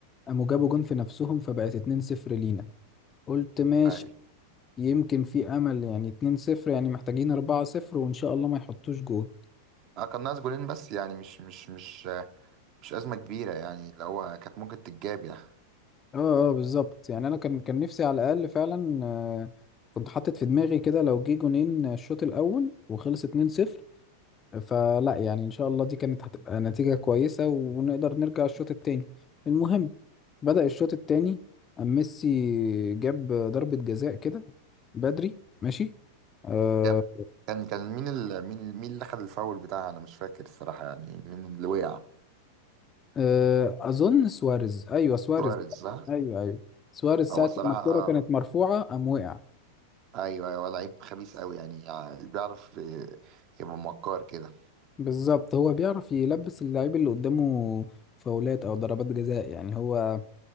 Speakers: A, on the left; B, on the right.
A: قاموا جابوا جون في نفسهم فبقت 2-0 لينا قلت ماشي
B: عادي
A: يمكن في امل يعني 2-0 يعني محتاجين 4-0 وان شاء الله ما يحطوش جون
B: اه كان ناقص جولين بس يعني مش مش مش مش أزمة كبيرة يعني اللي هو كانت ممكن تتجاب يعني
A: اه اه بالظبط يعني انا كان كان نفسي على الاقل فعلا آه، كنت حاطط في دماغي كده لو جه جونين الشوط الاول وخلص 2-0 فلا يعني ان شاء الله دي كانت هتبقى نتيجة كويسة ونقدر نرجع الشوط التاني المهم بدأ الشوط التاني أم ميسي جاب ضربة جزاء كده بدري ماشي آه،
B: جاب كان كان مين ال... مين مين اللي خد الفاول بتاعها أنا مش فاكر الصراحة يعني مين اللي وقع
A: آه، اظن سواريز ايوه سواريز
B: سواريز صح؟
A: ايوه ايوه سواريز ساعة
B: هو الصراحة
A: ما الكرة كانت
B: اه
A: مرفوعة قام وقع
B: ايوه ايوه لعيب خبيث قوي يعني, يعني بيعرف آه، يبقى مكار كده
A: بالظبط هو بيعرف يلبس اللعيب اللي قدامه فاولات او ضربات جزاء يعني هو